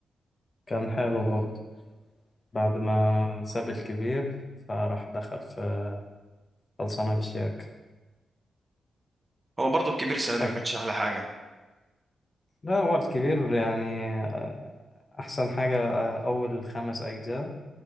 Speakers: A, on the left; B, on the right.
A: كان حلو برضه بعد ما ساب الكبير فراح دخل في خلصانة بشياك
B: <laughs> هو برضو الكبير السنه
A: فك
B: دي ما كانش احلى حاجه
A: لا هو الكبير يعني آه، أحسن حاجة آه، أول خمس أجزاء